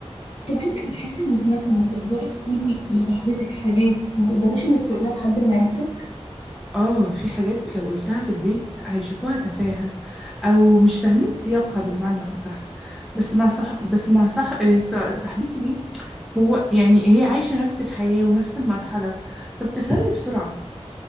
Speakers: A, on the left; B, in the centre.
A: طب انت بتحسي انك مثلا تقدري تقولي لصاحبتك حاجات ما تقدريش انك تقوليها لحد من عيلتك
B: اه في حاجات لو قلتها في البيت هيشوفوها تفاهة او مش فاهمين سياقها بالمعنى الاصح بس مع صح بس مع صح آه، ص- صاحبتي دي هو يعني هي عايشة نفس الحياة ونفس المرحلة فبتفهمني بسرعة